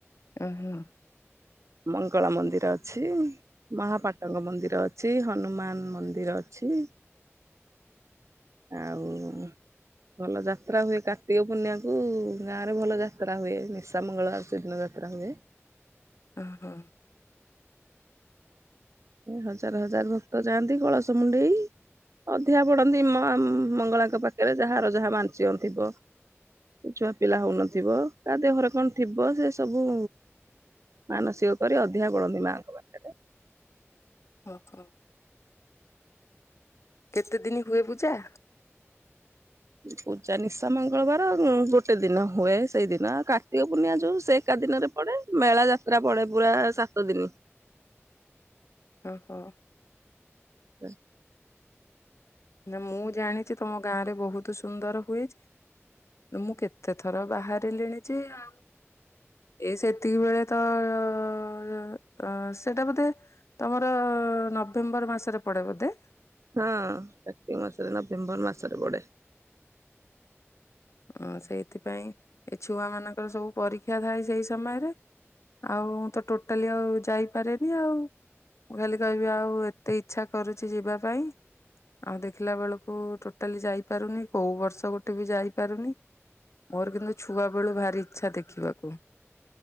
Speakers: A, on the left; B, on the right.
A: ଓହୋ।
B: ମଙ୍ଗଳା ମନ୍ଦିର ଅଛି। ମହାପାଟଙ୍କ ମନ୍ଦିର ଅଛି, ହନୁମାନ ମନ୍ଦିର ଅଛି। ଆଉ ଭଲ ଯାତ୍ରା ହୁଏ କାର୍ତ୍ତିକ ପୂର୍ଣ୍ଣିମାକୁୁ ଗାଁରେ ଭଲ ଯାତ୍ରା ହୁଏ ନିଶା ମଙ୍ଗଳବାର ସେଇ ଦିନ ଯା ତ୍ରା ହୁଏ।
A: ଓହୋ।
B: ଏ ହଜାର ହଜାର ଭକ୍ତ ଯାଆନ୍ତି କଳସ ମୁଣ୍ଡେଇ। ଅଧିଆ ପଡନ୍ତି ମାଆ ମଙ୍ଗଳାଙ୍କ ପାଖରେ ଯାହାର ଯାହା ମାନସିକ ଥିବ। କି ଛୁଆ ପିଲା ହୋଉନଥିବ ତା ଦେହରେ କଣ ଥିବ ସେସବୁ ମାନସିକ କରି ଅଧିଆ ପଡ଼ନ୍ତି ମାଆଙ୍କ ପାଖରେ।
A: ଓହୋ। କେତେ ଦିନ ହୁଏ ପୂଜା?
B: ପୂଜା ନିଶା ମଙ୍ଗଳବାର ଗୋଟେ ଦିନ ହୁଏ। ସେଇ ଦିନ କାର୍ତ୍ତିକ ପୂର୍ଣ୍ଣିଆ ଯୋଉ ସେ ଏକା ଦିନରେ ପଡେ ମେଳା ଯାତ୍ରା ପଡେ ପୁରା ସାତ ଦିନ।
A: ଓହୋ।
B: ଏ
A: ନା ମୁଁ ଜାଣିଛି ତମ ଗାଁ ରେ ବହୁତ ସୁନ୍ଦର ହୁଏଛି। ମୁଁ କେତେ ଥର ବାହାରିଲିଣି ଯେ ଆଉ ଏଇ ସେତିକି ବେଳେ ତ ସେଟା ବୋଧେ ତୁମର ନଭେମ୍ବର ମାସରେ ପଡ଼େ ବୋଧେ।
B: ହଁ କାର୍ତ୍ତିକ ମାସରେ ନଭେମ୍ବର ମାସରେ ପଡେ।
A: ହ ସେଇଥିପାଇଁ ଏ ଛୁଆ ମାନଙ୍କର ସବୁ ପରୀକ୍ଷା ଥାଏ ସେଇ ସମୟରେ। ଆଉ ମୁଁ ତ ଟୋଟାଲି ଆଉ ଯାଇପାରେନି ଆଉ। ମୁଁ ଖାଲି କହିବି ଆଉ ଏତେ ଇଚ୍ଛା କରୁଛି ଯିବା ପାଇଁ। ଆଉ ଦେଖିଲା ବେଳକୁ ଟୋଟାଲି ଯାଇପାରୁନି କୋଉ ବର୍ଷ ଗୋଟେ ବି ଯାଇ ପାରୁନି ମୋର କିନ୍ତୁ ଛୁଆ ବେଳୁ ଭାରି ଇଛା ଦେଖିବାକୁ।